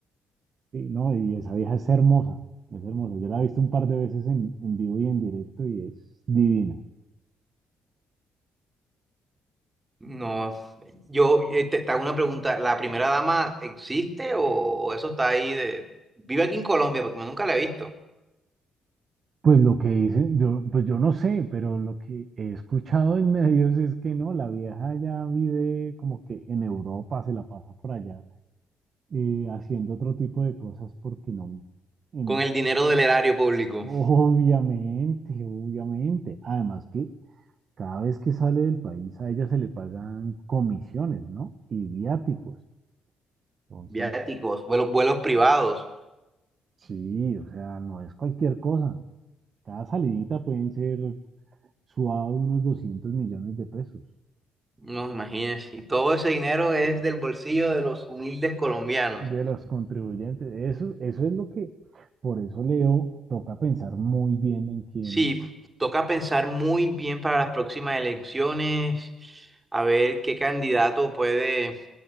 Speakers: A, on the right (about 45°); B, on the right (about 20°).
A: Sí, no, y esa vieja es hermosa, es hermosa. Yo la he visto un par de veces en, en vivo y en directo y es divina.
B: No, yo eh, te, te hago una pregunta, ¿la primera dama existe o, o eso está ahí de... Vive aquí en Colombia porque yo nunca la he visto.
A: Pues lo que dicen, yo, pues yo no sé, pero lo que he escuchado en medios es que no, la vieja ya vive como que en Europa, se la pasa por allá eh, haciendo otro tipo de cosas porque no, en-
B: Con el dinero del erario público,
A: obviamente, obviamente. Además que cada vez que sale del país a ella se le pagan comisiones, ¿no? Y viáticos. Entonces,
B: viáticos, vuelos, vuelos privados.
A: sí, o sea, no es cualquier cosa. Cada salidita pueden ser suados unos 200 millones de pesos
B: No, imagínense. Y todo ese dinero es del bolsillo de los humildes colombianos.
A: de los contribuyentes. Eso, eso es lo que, por eso Leo, toca pensar muy bien en quién,
B: Sí, toca pensar muy bien para las próximas elecciones, a ver qué candidato puede,